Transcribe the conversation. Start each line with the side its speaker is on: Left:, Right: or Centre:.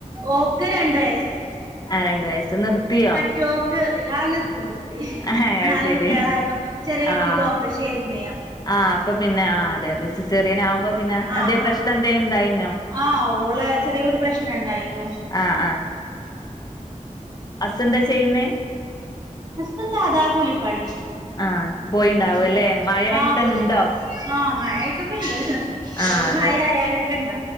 Right: ഓക്ക് രണ്ട് വയസ്സ്
Left: ആഹ് രണ്ട് വയസ്സ് നിർത്തിയോ
Right: സ്റ്റോക്ക് ആഹ് നിർത്തി നിർ
Left: ഏഹ് അത്
Right: നാല്
Left: ശരി
Right: കുട്ടികളായപ്പോ ചെറിയ കുട്ടിക്ക്
Left: ആഹ്
Right: ഓപ്പറേഷനായിരുന്നു
Left: ആഹ് അപ്പ പിന്നെ ആ അതെ അതെ സിസേറിയൻ ആകുമ്പോ പിന്നെ
Right: ആഹ്
Left: എന്തേ
Right: ആഹ്
Left: പ്രശ്ന എന്തേ ഇണ്ടായിന്നോ
Right: ആഹ് ഓളെ ചെറിയൊരു പ്രശ്നണ്ടായിനു
Left: ആഹ് അസ്സ് എന്താ ചെയ്യുന്നേ
Right: അസ്സ് സാതാ കൂലിപ്പണി
Left: ആഹ് പോയിണ്ടാവും
Right: മ്
Left: അല്ലേ മഴ ആയിട്ട്
Right: ആഹ് പോയിണ്ട്
Left: ഇണ്ടോ?
Right: ആഹ് മഴായിട്ടൊക്കെ ഉണ്ട്
Left: ആഹ്
Right: ഒരു
Left: അതെ
Right: മഴ ആയാലൊക്കെ ഇണ്ട്